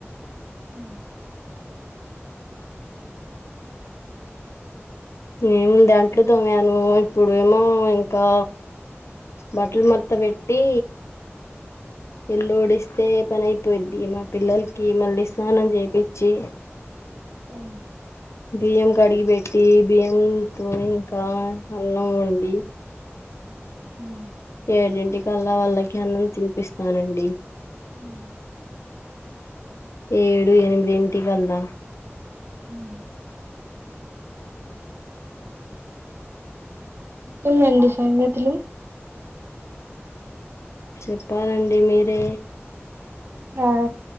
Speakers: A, on the right (about 55°); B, on the left (about 80°).
A: హుమ్
B: నేం దాంట్లో తోమను ఇప్పుడుేమో ఇంకా బట్టలు మర్త పెట్టి ఇల్లూడిస్తే పనయిపోయిద్ది మా పిల్లలకి మళ్ళీ స్నానం చేపిచ్చి
A: <inaudible>
B: బియ్యం కడిగి పెట్టి బియ్యంతో ఇంకా అన్నం వండి
A: హ్మ్ము
B: ఏడింటి కల్లా వాళ్ళకి అన్నం తినిపిస్తానండి
A: హుమ్
B: ఏడు ఎనిమిదింటి కల్లా
A: హ్మ్మ్ ఇంకేంటి సంగతులు
B: చెప్పాలండి మీరే
A: ఆ